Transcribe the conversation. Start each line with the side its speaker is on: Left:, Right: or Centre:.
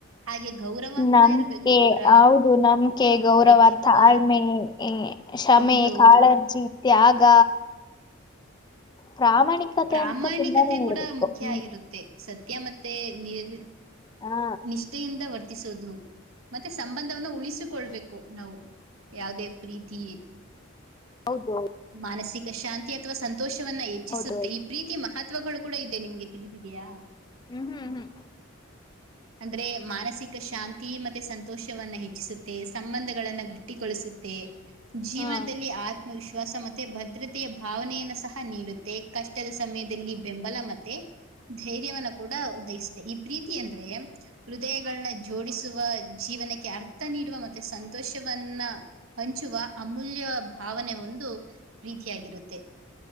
Right: ಹಾಗೆ ಗೌರವ ಕೂಡ
Left: ನಂಬಿಕೆ
Right: ಇರ್ಬೇಕು ಅವರ
Left: ಹೌದು ನಂಬಿಕೆ ಗೌರವ
Right: ವ್ಯಕ್ತಿತ್ವ
Left: ತಾಳ್ಮೆ <unintelligible> ಕ್ಷಮೆ
Right: ಹೌದೌದು
Left: ಕಾಳಜಿ ತ್ಯಾಗ ಪ್ರಾಮಾಣಿಕತೆ
Right: ಪ್ರಾಮಾಣಿಕತೆ
Left: ಅಂತೂ ತುಂಬಾನೇ
Right: ಕೂಡ
Left: ಇರ್ಬೇಕು
Right: ಮುಖ್ಯ
Left: ಹ್ಮ್
Right: ಆಗಿರುತ್ತೆ ಸತ್ಯ ಮತ್ತೆ ನೀರ್
Left: ಹಾ
Right: ನಿಷ್ಠೆಯಿಂದ ವರ್ತ ವತಿಸೋದು ಮತ್ತೆ ಸಂಬಂಧವನ್ನ ಉಳಿಸಿಕೊಳ್ಬೇಕು ನಾವು ಯಾವವುದೇ ಪ್ರೀತಿ
Left: ಹೌದು
Right: ಮಾನಸಿಕ ಶಾಂತಿ ಅಥವಾ ಸಂತೋಷವನ್ನ ಹೆಚ್ಚಿಸುತ್ತೆ
Left: ಹೌದು ಹೌದು.
Right: ಈ ಪ್ರೀತಿ ಮಹತ್ ತತ್ವಗಳು ಕೂಡ ಇದೆ ನಿಮ್ಗೆ ತಿಳಿದೆಯಾ.
Left: ಹ್ಮ್ ಹ್ಮ್ ಹ್ಮ್
Right: ಅಂದ್ರೆ ಮಾನಸಿಕ ಶಾಂತಿ ಮತ್ತೆ ಸಂತೋಷವನ್ನ ಹೆಚ್ಚಿಸುತ್ತೆ ಸಂಬಂಧಗಳನ್ನ ಗಟ್ಟಿಗೊಳಿಸುತ್ತೆ. ಜೀವನದಲ್ಲಿ
Left: ಹಾ
Right: ಆದ್ ವಿಶ್ವಾಸ ಮತ್ತೆ ಭದ್ರತೆಯ ಭಾವನೆಯನ್ನು ಸಹ ನೀಡುತ್ತೆ ಕಷ್ಟದ ಸಮಯದಲ್ಲಿ ಬೆಂಬಲ ಮತ್ತೆ ಧೈರ್ಯವನ್ನ ಕೂಡ ಉದಯಿಸುತ್ತೆ ಈ ಪ್ರೀತಿ ಅಂದ್ರೆ ಹೃದಯಗಳನ್ನ ಜೋಡಿಸುವ ಜೀವನಕ್ಕೆ ಅರ್ಥ ನೀಡುವ ಮತ್ತೆ ಸಂತೋಷವನ್ನ ಹಂಚುವ ಅಮೂಲ್ಯ ಭಾವನೆ ಒಂದು ಪ್ರೀತಿಯಾಗಿರುತ್ತೆ